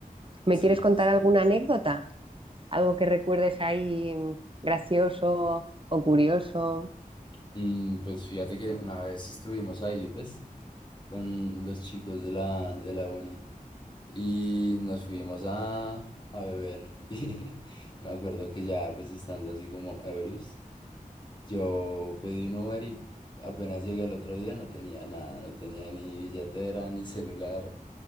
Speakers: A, on the right; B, on the left.
A: ¿Me
B: Sí,
A: quieres
B: sí,
A: contar
B: sí.
A: alguna anécdota? ¿Algo que recuerdes ahí mm, gracioso o curioso?
B: Mm, pues fíjate que una vez estuvimos ahí, pues, con los chicos de la, de la uni. Y nos fuimos a, a beber. <laughs> Y me acuerdo que ya, pues estando así como ebrios, yo pedí un Uber y apenas llegué el otro día no tenía nada, no tenía ni billetera, ni celular,